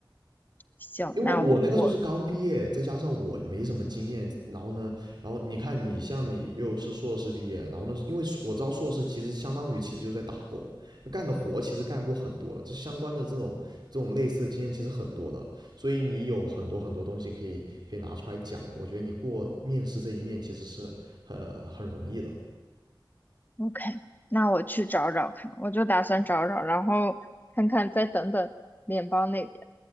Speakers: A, on the left; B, on the right.
A: 行，
B: 我因为我那个时候是刚毕业，
A: 那我我
B: 再加上我没什么经验，然后呢，然后你看你像你又是硕士毕业，然后呢，因为我知道硕士其实相当于其实就是在打工，干的活其实干过很多了，这相关的这种这种类似的经验其实很多的，所以你有很多很多东西可以可以拿出来讲，我觉得你过面试这一面其实是很很容易的
A: OK，那我去找找看，我就打算找找，然后看看再等等联邦那边。